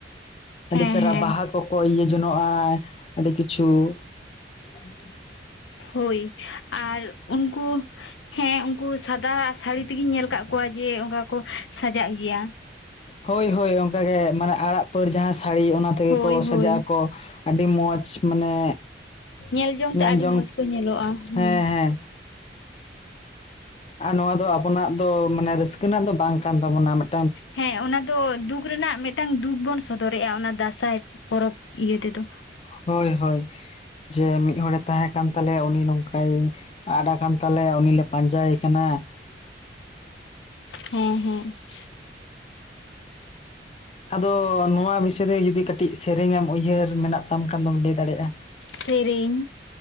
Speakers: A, on the left (about 35°); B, on the left (about 80°).
A: ᱟᱹᱰᱤ
B: ᱦᱮᱸ
A: ᱪᱮᱨᱦᱟ
B: ᱦᱮᱸ
A: ᱵᱟᱦᱟ ᱠᱚᱠᱚ ᱤᱭᱟᱹ ᱡᱚᱱᱚᱜᱼᱟ ᱾ ᱟᱹᱰᱤ ᱠᱤᱪᱷᱩ <unintelligible>
B: ᱦᱳᱭ ᱟᱨ ᱩᱱᱠᱩ ᱦᱮᱸ, ᱩᱱᱠᱩ ᱥᱟᱫᱟ ᱟᱜ ᱥᱟᱹᱲᱤ ᱛᱮᱜᱮᱧ ᱧᱮᱞ ᱟᱠᱟᱜ ᱠᱚᱣᱟ, ᱡᱮ ᱚᱝᱠᱟ ᱠᱚ ᱥᱟᱡᱟᱜ ᱜᱮᱭᱟ ᱾
A: ᱦᱳᱭ ᱦᱳᱭ ᱚᱝᱠᱟ ᱜᱮ, ᱢᱟᱱᱮ ᱟᱨᱟᱜ ᱯᱟᱹᱲ ᱡᱟᱦᱟᱸ ᱥᱟᱹᱲᱤ, ᱚᱱᱟ ᱛᱮᱜᱮ
B: ᱦᱳᱭ
A: ᱠᱚ
B: ᱦᱳᱭ
A: ᱥᱟᱡᱟᱜ ᱟᱠᱚ ᱾ ᱟᱹᱰᱤ ᱢᱚᱡᱽ ᱢᱟᱱᱮ
B: ᱧᱮᱞᱡᱚᱝ
A: ᱧᱮᱞ
B: ᱛᱮ ᱟᱹᱰᱤ
A: ᱡᱚᱝ
B: ᱢᱚᱸᱡᱽ ᱠᱚ ᱧᱮᱞᱚᱜᱼᱟ, ᱦᱩᱸ᱾
A: ᱦᱮᱸ ᱦᱮᱸ ᱟᱨ ᱱᱚᱣᱟ ᱫᱚ ᱟᱵᱚᱱᱟᱜ ᱫᱚ ᱢᱟᱱᱮ ᱨᱟᱹᱥᱠᱟᱹ ᱨᱮᱱᱟᱜ ᱫᱚ ᱵᱟᱝ ᱠᱟᱱ ᱛᱟᱵᱚᱱᱟ, ᱢᱮᱴ
B: ᱦᱮᱸ, ᱚᱱᱟ ᱫᱚ ᱫᱩᱠ ᱨᱮᱱᱟᱜ ᱢᱤᱫᱴᱟᱝ ᱫᱩᱠ ᱵᱚᱱ ᱥᱚᱫᱚᱨᱮᱜᱼᱟ, ᱚᱱᱟ ᱫᱟᱸᱥᱟᱭ ᱯᱚᱨᱚᱵᱽ ᱤᱭᱟᱹ ᱛᱮᱫᱚ ᱾
A: ᱦᱳᱭ ᱦᱳᱭ, ᱡᱮ ᱢᱤᱫ ᱦᱚᱲ ᱮ ᱛᱟᱦᱮᱸ ᱠᱟᱱ ᱛᱟᱞᱮᱭᱟ, ᱩᱱᱤ ᱱᱚᱝᱠᱟᱭ ᱟᱫ ᱟᱠᱟᱱ ᱛᱟᱞᱮᱭᱟ, ᱩᱱᱤ ᱞᱮ ᱯᱟᱸᱡᱟᱭᱮ ᱠᱟᱱᱟ ᱾
B: ᱦᱮᱸ ᱦᱮᱸ ᱾
A: ᱟᱫᱚ ᱱᱚᱣᱟ ᱵᱤᱥᱚᱭ ᱨᱮ ᱡᱩᱫᱤ ᱠᱟᱹᱴᱤᱡ ᱥᱮᱨᱮᱧ ᱮᱢ ᱩᱭᱦᱟᱹᱨ ᱢᱮᱱᱟᱜ ᱛᱟᱢ ᱠᱷᱟᱱ ᱫᱚᱢ, ᱞᱟᱹᱭ ᱫᱟᱲᱮᱭᱟᱜᱼᱟ ᱾
B: ᱥᱮᱨᱮᱧ,